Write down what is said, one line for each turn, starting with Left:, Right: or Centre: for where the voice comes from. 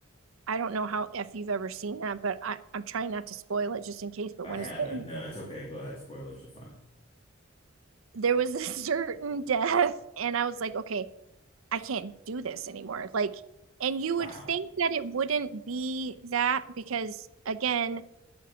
Right: I don't know how if you've ever seen that, but I, I'm trying not to spoil it just in case. But
Left: I
Right: when
Left: haven't.
Right: a certain
Left: No, it's okay. Go ahead. Spoilers are fine.
Right: there was <laughs> a certain death and i was like okay i can't do this anymore like and you would
Left: Wow.
Right: think that it wouldn't be that because again